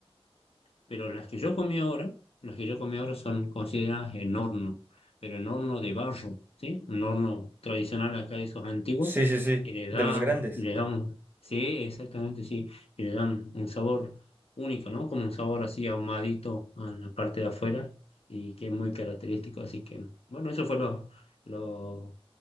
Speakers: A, on the left (about 70°); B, on the right (about 20°).
A: pero las que yo comí ahora, las que yo comí ahora son consideradas en horno, pero en horno de barro, ¿sí? Un horno tradicional acá de esos antiguos,
B: sí, sí,
A: que le da,
B: de los grandes.
A: le da un, sí, exactamente, sí, y le dan un sabor único, ¿no? Como un sabor así ahumadito en la parte de afuera y que es muy característico, así que, bueno, eso fue lo, lo,